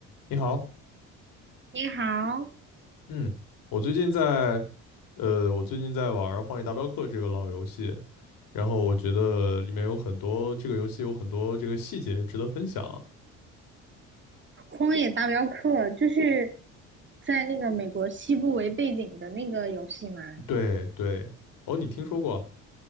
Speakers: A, on the left; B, on the right.
A: 你好，
B: 你好，
A: 嗯，我最近在，呃，我最近在玩荒野大镖客》这个老游戏，然后我觉得里面有很多这个游戏有很多这个细节值得分享啊。
B: 《荒野大镖客》就是在那个美国西部为背景的那个游戏吗？
A: 对对，哦，你听说过